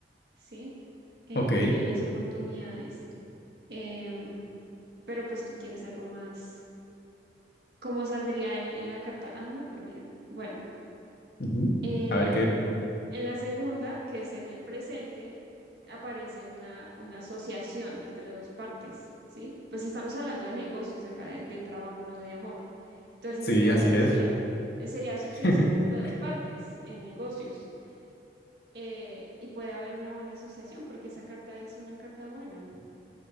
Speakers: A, on the right (about 60°); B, on the left (about 60°).
A: ¿sí? Eh,
B: ok.
A: pequeñas oportunidades. Em, pero pues tú quieres algo más. ¿Cómo saldría en, en la carta? Ah, no, pero mira. Bueno,
B: ujú.
A: Em,
B: A ver qué.
A: en la segunda, que sería el presente, aparece una, una asociación entre dos partes, ¿sí? Pues estamos hablando de negocios acá, de, de trabajo, no de amor. Entonces,
B: Sí,
A: en este caso
B: así es.
A: sería, eh, sería asociación
B: <laughs>
A: entre dos partes en negocios. eh, y puede haber una buena asociación porque esa carta es una carta buena.